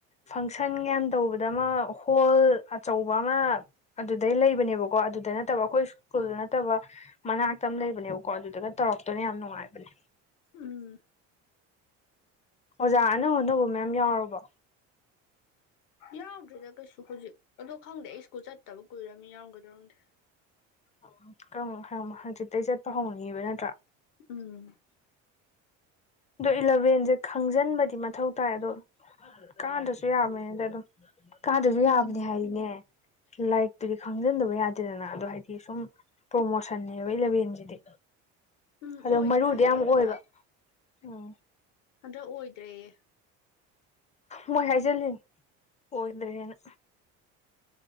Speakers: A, on the left; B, on the left.
A: ꯐꯪꯁꯟꯒ ꯌꯥꯝ ꯇꯧꯕꯗ ꯑꯃ ꯍꯣꯜ ꯑꯆꯧꯕ ꯑꯃ ꯑꯗꯨꯗꯩ ꯂꯩꯕꯅꯦꯕꯀꯣ ꯑꯗꯨꯗ ꯅꯠꯇꯕ ꯑꯈꯣꯏ ꯁ꯭ꯀꯨꯜ ꯅꯠꯇꯕ ꯃꯅꯥꯛꯇ ꯑꯃ ꯂꯩꯕꯅꯦꯕꯀꯣ ꯑꯗꯨꯗꯒ ꯇꯧꯔꯛꯇꯣꯏꯅꯦ ꯌꯥꯝ ꯅꯨꯡꯉꯥꯏꯕꯅꯦ
B: ꯎꯝ
A: ꯑꯣꯖꯥ ꯑꯅꯧ ꯑꯅꯧꯕ ꯃꯌꯥꯝ ꯌꯥꯎꯔꯕꯣ
B: ꯌꯥꯎꯗ꯭ꯔꯤꯗ ꯀꯩꯁꯨ ꯍꯧꯖꯤꯛ ꯑꯗꯣ ꯈꯪꯗꯦ ꯑꯩ ꯁ꯭ꯀꯨꯜ ꯆꯠꯇꯕ ꯀꯨꯏꯔꯝꯅꯤꯅ ꯌꯥꯎꯔꯝꯒꯗ꯭ꯔ ꯈꯪꯗꯦ
A: ꯑꯣ ꯀꯔꯝꯕ ꯍꯩꯔꯝꯕ ꯍꯪꯖꯤꯠꯇꯩ ꯆꯠꯄ ꯍꯧꯅꯤꯕ ꯅꯠꯇ꯭ꯔꯥ
B: ꯎꯝ
A: ꯑꯗꯣ ꯏꯜꯂꯚꯦꯟꯖꯦ ꯈꯪꯖꯟꯕꯗꯤ ꯃꯊꯧ ꯇꯥꯏ ꯑꯗꯣ ꯀꯥꯗ꯭ꯔꯁꯨ ꯌꯥꯕꯅꯤꯗ ꯑꯗꯨꯝ ꯀꯥꯗ꯭ꯔꯖꯨ ꯌꯥꯕꯅꯦ
B: ꯎꯝ
A: ꯍꯥꯏꯔꯗꯤꯅꯦ ꯂꯥꯏꯔꯤꯛꯇꯨꯗꯤ ꯈꯪꯖꯟꯗꯕ ꯌꯥ ꯇꯦꯗꯅ ꯑꯗꯣ ꯍꯥꯏꯗꯤ ꯁꯨꯝ ꯄ꯭ꯔꯣꯃꯣꯁꯟꯅꯦꯕ ꯏꯂꯚꯦꯟꯖꯤꯗꯤ
B: ꯎꯝ
A: ꯑꯗꯣ
B: ꯑꯣꯏꯗ꯭ꯔꯦ
A: ꯃꯔꯨꯗꯤ
B: ꯍꯥꯏꯌꯦ
A: ꯌꯥꯝ ꯑꯣꯏꯕ
B: ꯍꯟꯗꯛ
A: ꯎꯝ
B: ꯍꯟꯗꯛ ꯑꯣꯏꯗ꯭ꯔꯦꯌꯦ
A: ꯃꯣꯏ ꯍꯥꯏꯖꯜꯂꯤꯅꯤ ꯑꯣꯏꯗ꯭ꯔꯦꯅ